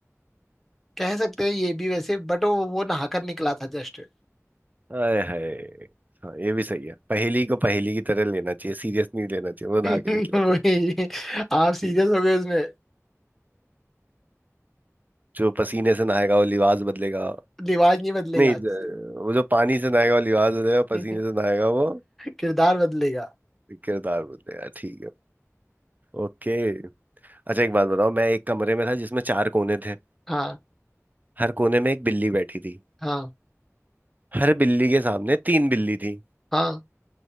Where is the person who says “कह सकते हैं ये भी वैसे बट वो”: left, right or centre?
Centre